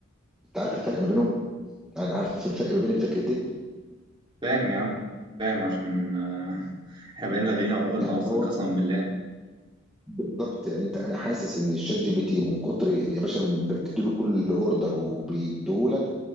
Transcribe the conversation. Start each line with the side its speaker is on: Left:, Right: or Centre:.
Centre: انت عارف الفرق ما بينهم يعني عارف الفرق ما بين الفكرتين
Right: فاهم يا عم فاهم عشان آه، <laughs> احنا بقينا لاغيين عقولنا
Centre: يعني
Right: اصلا
Centre: هو
Right: قسما بالله
Centre: بالظبط يعني انت انا حاسس ان الشات جي بي تي من كتر يا باشا بتدي له كل اوردر وبيديهولك